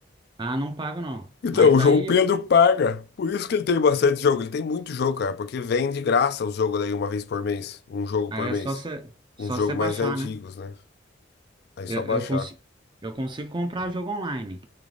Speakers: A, on the right; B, on the left.
A: Ah, não pago não.
B: Então,
A: Mas
B: o
A: daí,
B: João Pedro paga. Por isso que ele tem bastante jogo. Ele tem muito jogo, cara, porque vem de graça os jogos daí uma vez por mês. Um jogo
A: aí
B: por
A: é
B: mês.
A: só você só
B: Uns jogos
A: você baixar,
B: mais antigos,
A: né?
B: né? Aí só
A: Eu,
B: baixar.
A: eu, consi- eu consigo comprar jogo online.